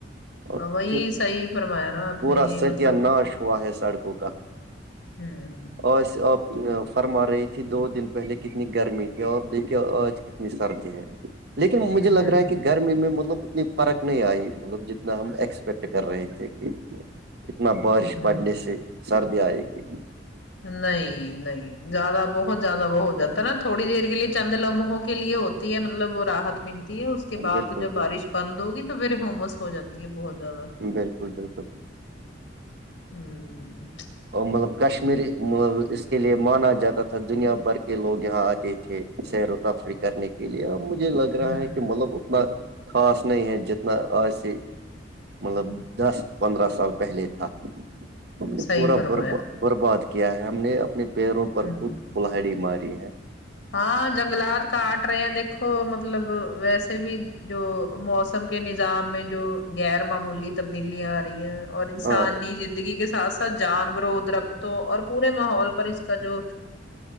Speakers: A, on the right; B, on the left.
A: اور دیکھیے
B: وہی صحی فرمایا نا آپ
A: پورا
B: نے یہ
A: ستیہ
B: مطلب
A: ناش ہوا ہے سڑکوں کا
B: ہوں
A: آج آپ فرما رہی تھی دو دن پہلے کتنی گرمی تھی آپ دیکھیے آج نسرد ہے لیکن مجھے
B: ہوں
A: لگ رہا ہے کہ گھر گ میں مطلب اتنی فرق نہیں آئی مطلب جتنا ہم ایکسپیکٹ کر رہے تھے کہ اتنا بارش
B: ہوں
A: پڑنے سے سردی آئے گی
B: نہیں نہیں زیادہ بہت زیادہ وہ ہو جات نا تھوڑی دیر کے لیے چند لمحوں کے لیے ہوتی ہے مطلب وہ راحت ملتی ہے اس کے بع
A: بالکل
B: جب
A: بالکل
B: بارش پند ہوگی تو پھر ہومس ہو جاتی ہے بہت زیادہ
A: بالکل بالکل
B: ہوں
A: مطلب کشمیری اس کے لیے مانا جاتا تھا دنیا بھر کے لوگ یہاں آتے تھے سیر و تفریح کرنے کے لیے ا مجھے لگ
B: ہوں
A: رہا ہے کہ مطلب اتنا خاص نہیں ہے جتنا آسی مطلب دس پندرہ سال پہلے تھا ہم نے
B: صحیح
A: پورا
B: فرمایا
A: بر برباد کیا ہے ہم نے اپنے پیروں
B: ہوں
A: پر خود کلہڑی ماری ہے
B: ہاں جنگلات کاٹ رہے ہیں دیکھو مطلب ویسے بھی جو موسم کے نظام میں جو غیر معمولی تبدیلیاں آ ر رہی ہیں اور انسانی
A: ہاں
B: زندگی کے ساتھ ساتھ جان برود رکھتوں اور پورے ماحول پر اس کا جو